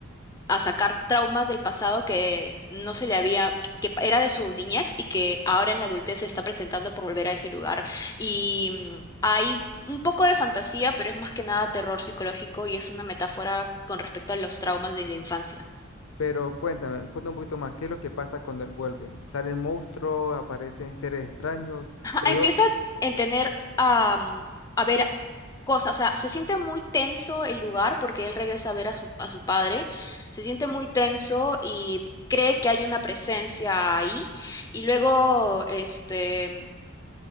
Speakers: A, on the left; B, on the left.
A: a sacar traumas del pasado que no se le había que que era de su niñez y que ahora en la adultez se está presentando por volver a ese lugar y mm, hay Un poco de fantasía, pero es más que nada terror psicológico y es una metáfora con respecto a los traumas de la infancia.
B: Pero cuéntame, cuéntame un poquito más, ¿qué es lo que pasa cuando él vuelve? ¿Salen monstruos, aparecen seres extraños? O
A: Empieza
B: do-
A: a tener am, a ver cosas, o sea, se siente muy tenso el lugar porque él regresa a ver a su, a su padre, se siente muy tenso y cree que hay una presencia ahí y luego este